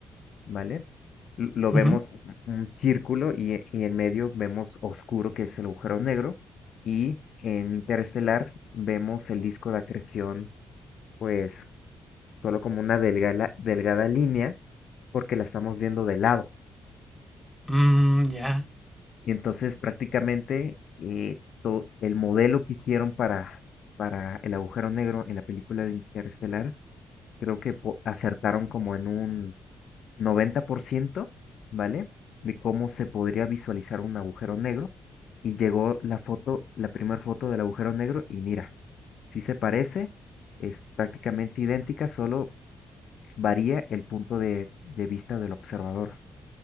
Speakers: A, on the left (about 65°); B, in the centre.
A: ¿vale? L- Lo
B: Ujú.
A: vemos un círculo y, e- y en medio vemos oscuro, que es el agujero negro, y en interestelar vemos el disco de acreción, pues solo como una delgada, delgada línea, porque la estamos viendo de lado.
B: Mm, ya.
A: Y entonces prácticamente eh, to- el modelo que hicieron para, para el agujero negro en la película de Interestelar, creo que po- acertaron como en un 90%, ¿vale? De cómo se podría visualizar un agujero negro. Y llegó la foto, la primera foto del agujero negro y mira, sí se parece, es prácticamente idéntica, solo varía el punto de, de vista del observador.